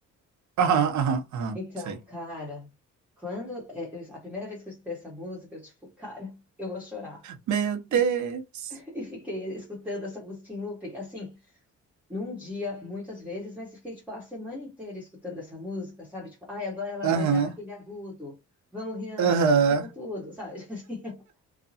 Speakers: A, on the right (about 70°); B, in the centre.
A: Aham, aham, aham.
B: Então,
A: Sei.
B: cara, quando é, eu- a primeira vez que eu escutei essa música, eu tipo, cara, eu vou chorar.
A: Meu Deus.
B: E, <laughs> e fiquei escutando essa música em looping. Assim, num dia, muitas vezes, mas eu fiquei, tipo, a semana inteira escutando essa música, sabe? Tipo, ai, agora ela
A: Aham.
B: vai dar aquele agudo. Vamos, Rihanna,
A: Aham.
B: canta com tudo, sabe? <laughs> Assim,